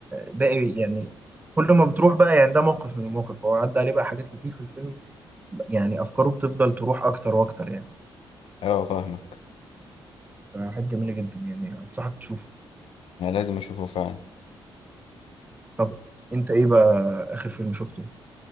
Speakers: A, on the right; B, on the left.
A: باقي يعني كل ما بتروح بقى يعني ده موقف من المواقف هو عدى عليه بقى حاجات كتير في الفيلم يعني افكاره بتفضل تروح اكتر واكتر يعني
B: اه فاهمك
A: فحاجة جميلة جدا يعني انصحك تشوفه
B: انا لازم اشوفه فعلا
A: طب انت ايه بقى اخر فيلم شفته؟